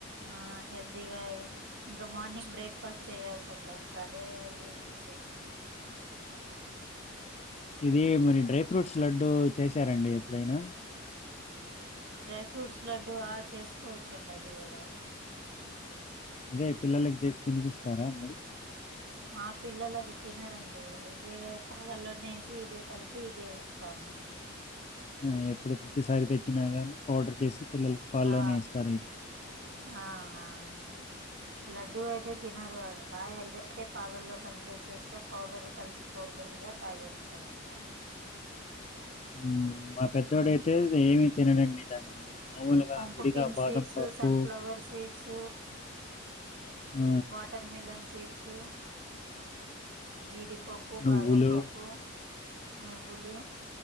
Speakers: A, on the right (about 65°); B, on the left (about 35°).
A: ఆ హెల్దిగా ఏ ఇంక మార్నింగ్ బ్రేక్ఫాస్ట్ చెయ్యవసర్లా ఇంకా అదే బ్రేక్ఫాస్ట్ అయిద్ది
B: ఇది మరి డ్రై ఫ్రూట్స్ లడ్డు చేసారండి ఎప్పుడైనా
A: డ్రై ఫ్రూట్స్ లడ్డు ఆ చేసుకోవచ్చండి అది గూడ
B: అదే పిల్లలకి జేసి తినిపిస్తారా మీరు
A: దికు మా పిల్లలది తినరండి ఇదే పాలల్లోనే ఏసి ఇదే కలిపి ఇదే ఇస్తాను
B: ఉమ్ ఎప్పుడు ప్రతిసారి తెచ్చినా గానీ పౌడర్ చేసి పిల్లలకి పాల్లోనే
A: ఆ
B: ఇస్తారైతే.
A: ఆ హా లడ్డుూ అయితే తినరు అట్లా ఇదైతే పాలల్లో కలిపేసేస్తే పౌడరు కలిసి పోతదిగా తాగేస్తరింకా
B: ఉమ్ మా పెద్దోడయితే ఏమి తినడండి దానియి మాములుగా
A: పంపుకిన్
B: విడిగా బాదం
A: సీడ్స్
B: పప్పు
A: సన్ఫ్లవర్ సీడ్స్
B: ఆ
A: వాటర్ మిలన్ సీడ్స్ జీడిపప్పు, బాదంపప్పు,
B: నువ్వులు,
A: నువ్వులు